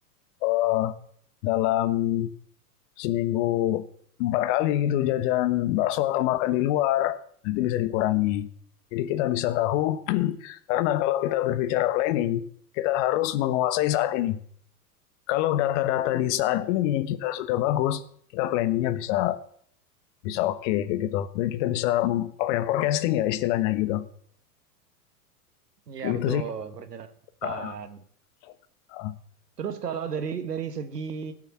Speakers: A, on the left (about 50°); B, on the right (about 80°).
A: eh, dalam seminggu empat kali gitu jajan bakso atau makan di luar nanti bisa dikurangi jadi kita bisa tahu <clears throat> karena kalau kita berbicara planning kita harus menguasai saat ini kalau data-data di saat
B: Iya,
A: ini kita sudah bagus, kita planningnya bisa bisa oke okay, kayak gitu. Dan kita bisa mem- apa ya forecasting ya istilahnya gitu.
B: Iya,
A: Gitu
B: betul,
A: sih.
B: merencanakan ke depan.
A: Ah, ah,
B: Terus kalau dari dari segi